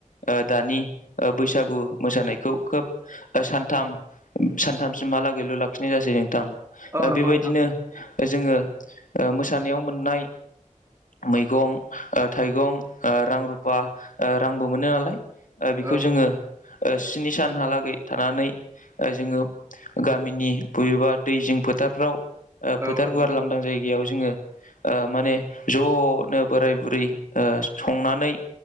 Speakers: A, on the left; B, on the right.
A: ओ दानि ओ बैसागु मोसानायखौ खोब ओ सानथाम सानथामसिम हालागैल' लाखिनाय जासै नोंथां
B: औ
A: ओ
B: नंगौ
A: बेबायदिनो
B: नोंथां
A: जोङो ओ मोसानायाव मोननाय मैगं थाइगं ओ रां रुफा ओ रांबो मोनो नालाय बेखौ
B: औ
A: जोङो ओ स्नि सानहालागै थानानै जोङो गामिनि बबेबा दैजोंं फोथारफ्राव फोथार
B: औ नंगौ
A: गुवार
B: नोंथां
A: लांदां जायगायाव जोङो ओ माने ज'नो बोराय बुरै‌ ओ संनानै